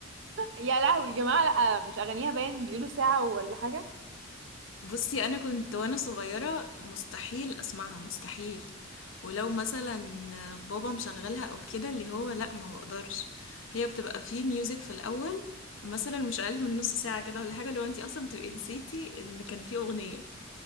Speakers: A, on the right; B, on the left.
A: يا لهوي يا جماعة لا مش اغانيها باين بيقولوا ساعة ولا حاجة
B: بصي انا كنت وانا صغيرة مستحيل اسمعها مستحيل ولو مثلا بابا مشغلها او كده اللي هو لا ما بقدرش هي بتبقى فيه ميوزك في الاول مثلا مش اقل من نص ساعة كده ولا حاجة لو انتي اصلا بتبقي نسيتي ان كان فيه اغنية